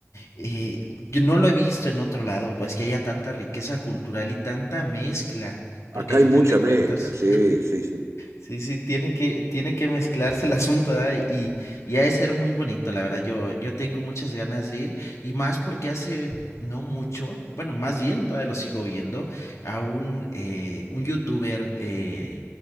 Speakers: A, on the left (about 80°); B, on the right (about 70°).
A: eh, yo no lo he visto en otro lado, pues que haya tanta riqueza cultural y tanta mezcla, porque
B: Acá
A: al
B: hay
A: final
B: mucha
A: de cuentas.
B: mezcla, sí, sí, sí.
A: Sí, sí, tiene que, tiene que mezclarse el asunto, ¿verdad? Y, y ha de ser muy bonito, la verdad. Yo, yo tengo muchas ganas de ir, y más porque hace no mucho, bueno, más bien todavía lo sigo viendo, a un, eh, un youtuber eh,